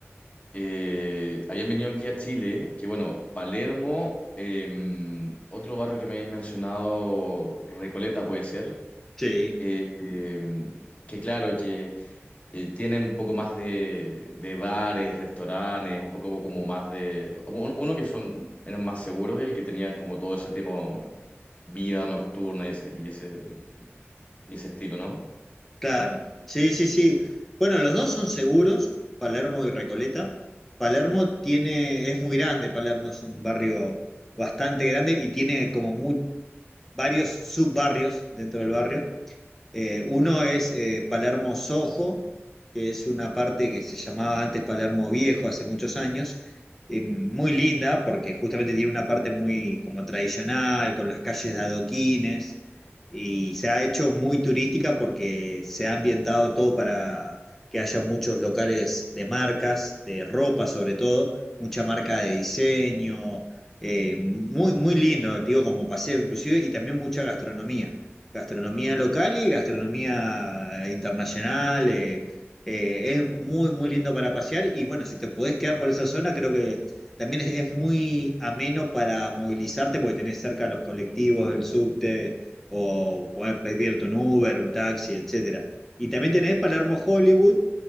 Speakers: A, on the left; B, in the centre.
A: eh, habían venido aquí a Chile, que bueno, Palermo, eh, otro barrio que me habían mencionado, Recoleta puede ser.
B: Sí,
A: eh, eh, que claro, que eh, tienen un poco más de, de bares, restaurantes, un poco como más de... un- Uno que son, eran más seguros y que tenían como todo ese tipo vida nocturna y ese, y ese, y ese estilo, ¿no?
B: Claro, sí, sí, sí. Bueno, los dos son seguros, Palermo y Recoleta. Palermo tiene, es muy grande, Palermo es un barrio bastante grande y tiene como muy, varios subbarrios dentro del barrio. Eh, uno es eh, Palermo Sojo, que es una parte que se llamaba antes Palermo Viejo hace muchos años, eh, muy linda porque justamente tiene una parte muy como tradicional, con las calles de adoquines, y se ha hecho muy turística porque se ha ambientado todo para que haya muchos locales de marcas, de ropa sobre todo, mucha marca de diseño, eh, muy, muy lindo, digo, como paseo inclusive, y también mucha gastronomía gastronomía local y gastronomía internacional. eh, eh, es muy, muy lindo para pasear y bueno, si te podés quedar por esa zona, creo que también es, es muy ameno para movilizarte porque tenés cerca los colectivos, el subte o podés pedirte un Uber, un taxi, etcétera. Y también tenés Palermo Hollywood